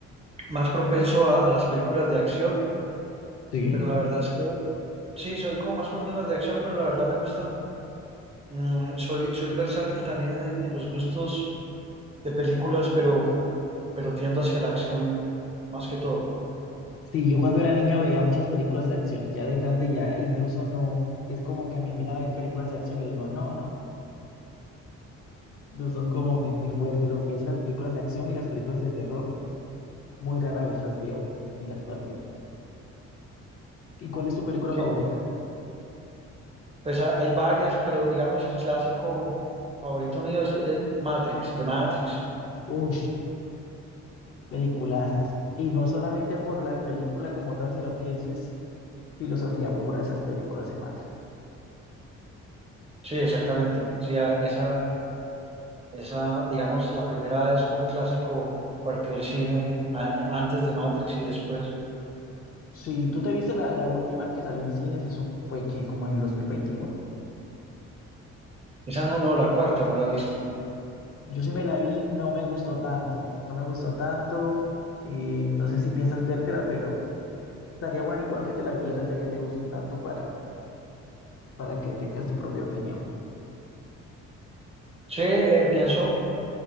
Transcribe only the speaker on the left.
Sí,
sí, yo cuando era niño veía muchas películas de acción, ya de grande ya incluso no, es como que me invitan a ver películas de acción y yo digo, no, no, no son como mi, mi fuerte, lo que es las películas de acción y las películas de terror, muy rara vez las veo en la actualidad. ¿Y cuál es tu película
favorita?
Uy, peliculazas. Y no solamente por la película como tal, sino que eso es filosofía pura, esas películas de Matrix.
Sí, tú te viste la, la última que salió en cines, eso fue que como en el 2021.
Yo sí me la vi, no me gustó tanto, no me gustó tanto. eh, no sé si piensas vértela, pero estaría bueno igual que te la vieras, ya que te gustan tanto para, para que tengas tu propia opinión.